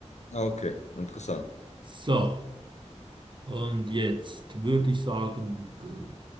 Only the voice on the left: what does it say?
Ah, Okay, interessant.